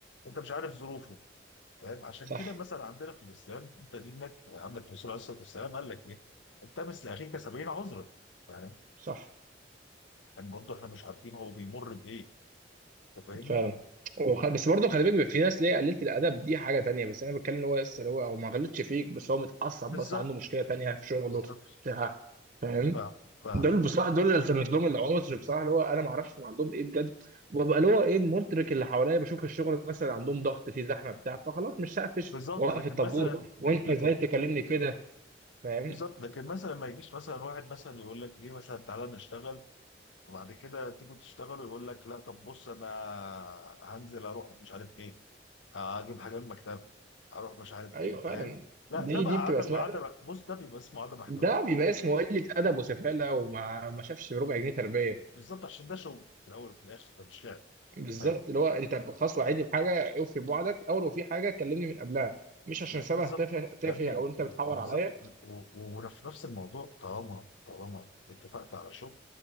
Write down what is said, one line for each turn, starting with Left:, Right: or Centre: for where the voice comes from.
Left: أنت مش عارف ظروفه فاهم عشان
Right: صح
Left: كده مثلا عندنا في الإسلام أنت دينك عندك الرسول عليه الصلاة والسلام قال لك إيه التمس لأخيك سبعين عذرا فاهم
Right: صح
Left: يعني برضه إحنا مش عارفين هو بيمر بإيه أنت فاهمني؟
Right: فعلا وخ... بس برضه خلي بالك بيبقى في ناس ليه قليلة الأدب دي حاجة تانية بس أنا بتكلم إن هو لسه اللي هو أو ما غلطش فيك بس هو متعصب
Left: بالظبط
Right: بس عنده مشكلة تانية في شغله
Left: بالظبط
Right: بتاع فاهم
Left: ف... ف...
Right: دول بصراحة دول اللي التمس لهم العذر بصراحة اللي هو أنا ما أعرفش هم عندهم إيه بجد وببقى اللي هو إيه مدرك اللي حواليا بشوف الشغل مثلا عندهم ضغط في زحمة بتاع فخلاص مش هقفش
Left: بالظبط
Right: وأوقف
Left: لكن
Right: الطابور
Left: مثلا لكن-
Right: وأنت إزاي تكلمني كده فاهم
Left: بالظبط لكن مثلا ما يجيش مثلا واحد مثلا يقول لك ايه مثلا تعالى نشتغل فبعد كده تيجي تشتغل ويقول لك لا طب بص انا هنزل اروح مش عارف ايه هجيب حاجه من المكتبه اروح مش عارف
Right: أيوه
Left: ايه فاهم
Right: فعلا
Left: لا
Right: دي
Left: ده بقى
Right: دي
Left: عدم
Right: بتبقى اسمها
Left: عدم بص ده بيبقى اسمه عدم احترام
Right: ده بيبقى اسمه قلة أدب وسفالة وما ما شافش بربع جنيه تربية
Left: بالظبط عشان ده شغل في الاول وفي الاخر ده مش لعب
Right: بالظبط
Left: فاهم
Right: اللي هو انت خلاص وعدني بحاجه اوفي بوعدك او لو في حاجه كلمني من قبلها مش عشان
Left: لا
Right: سبه
Left: بالظبط
Right: تافه تافه
Left: يا ابني
Right: او انت بتحور
Left: بالظبط
Right: عليا
Left: و- و- وفي نفس الموضوع طالما طالما اتفقت على شغل